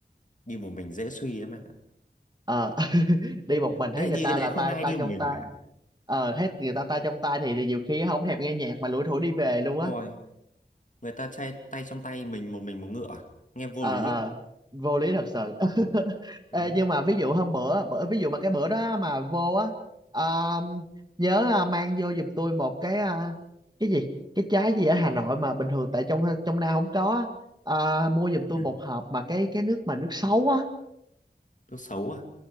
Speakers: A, on the left; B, on the right.
A: đi một mình dễ suy lắm anh ạ
B: ờ <laughs> đi một
A: Thế
B: mình thấy
A: lại
B: người
A: đi
B: ta
A: cái đấy
B: là
A: không
B: tay
A: ai
B: tay
A: đi
B: trong
A: một mình
B: tay
A: cả.
B: ờ thấy người ta tay trong tay thì nhiều khi không thèm nghe nhạc mà lủi thủi đi về luôn
A: Đúng
B: á
A: rồi người ta chay tay trong tay mình một mình một ngựa à? nghe vô
B: ờ
A: lý
B: ờ
A: không
B: vô lý thật sự <laughs>
A: đấy
B: Ê, nhưng mà ví dụ hôm bữa bữa ví dụ mà cái bữa đó mà vô á à, nhớ à, mang vô giùm tôi một cái à, cái gì cái trái gì ở Hà Nội mà bình thường tại trong trong Nam không có á. à, mua giùm tôi
A: à,
B: một hộp mà cái cái nước mà nước sấu á
A: nước xấu à